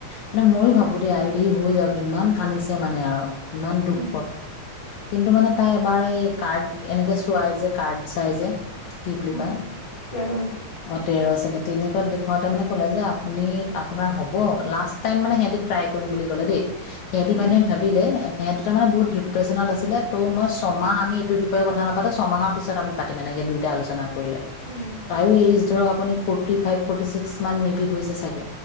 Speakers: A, on the left; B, on the left.
A: মানে ময়ো ভাবো আৰু দেই আয়ুধি হৈ যাওঁ ইমান কান্দিছে মানে আৰু ইমান দুখ
B: উম,
A: কিন্তু মানে তাই এবাৰ এই কাৰ্ড এনেকে চোৱাই যে কাৰ্ড চাই যে কি বুলি
B: উম,
A: কয়
B: তেৰত
A: অ তেৰ তাকে তেনেকুৱাত দেখাওঁতে মানে ক'লে যে আপুনি আপোনাৰ হ'ব লাষ্ট টাইম মানে সিহঁতে ট্ৰাই কৰিম বুলি ক'লে দেই সিহঁতি
B: উম,
A: মানে ভাবিলে সিহঁত তা মানে বহুত ডিপ্ৰেশ্যনত আছিলে ত মই ছমাহ আমি এইটো বিষয়ে কথা নাপাতো ছমাহৰ পিছত আমি পাতিম এনেকে দুয়োটাই আলোচনা কৰিলে
B: উম,
A: তাইও এইচ ধৰক আপুনি ফুত- ফৰ্টি ফাইভ ফৰ্টি ছিক্স মান মে বি হৈছে চাগে